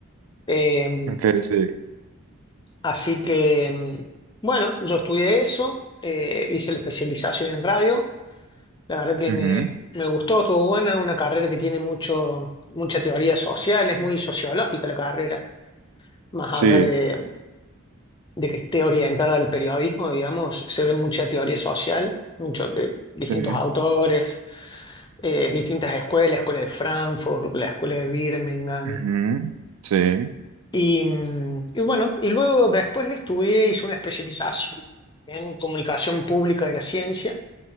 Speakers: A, on the left; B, on the right.
A: Eh,
B: ok, sí.
A: Así que, mm, bueno, yo estudié eso, eh, hice la especialización en radio. La verdad que
B: Ujú,
A: me, me gustó, estuvo buena, una carrera que tiene mucho, mucha teoría social, es muy sociológica la carrera, más allá
B: Sí,
A: de, de que esté orientada al periodismo, digamos, se ve mucha teoría social, muchos de distintos
B: sí.
A: autores, eh, distintas escuelas, la escuela de Frankfurt, la escuela de Birmingham,
B: ujú, Sí.
A: Y, mm, y bueno, y luego después estudié, hice una especialización en comunicación pública de la ciencia,